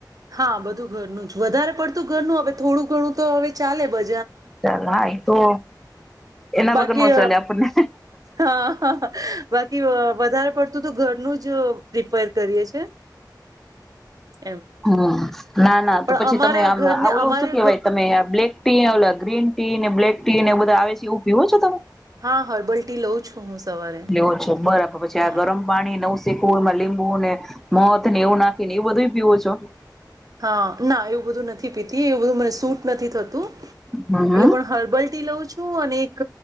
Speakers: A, on the right; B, in the centre.
A: હા બધું ઘરનું જ વધારે પડતું ઘરનું હવે થોડું ઘણું તો હવે ચાલે બ
B: ચાલ હા એ તો એના વગર
A: બાકી
B: ન ચાલે આપણને.
A: હા હ બાકી વધારે પડતું તો ઘરનું જ પ્રિપેર કરીએ છે. એમ
B: હમ્મ. ના ના તો
A: પણ
B: પછી
A: અમારા
B: તમે આમ
A: ઘરને
B: આવલું
A: અમારે
B: શું કેવાય તમે બ્લેક ટી, ઓ ગ્રીન. ટી ને બ્લેક ટી ને એ બધા આવે છે એવું પીવો છો તમે?
A: હા હર્બલ ટી લઉં છું. હું સવારે
B: લેઓ છો બરાબર પછી આ
A: હા
B: ગરમ પાણી નવ. શીમાં લીંબુ ને મધ ને એવું નાખીને એવું બધું પીવો છો?
A: હ ના એવું બધું નથી પીતી એવું બધું મને સૂટ નથી થત તું એટલે
B: હમ
A: પણ હર્બલ ટી લઉં છું, અને એક.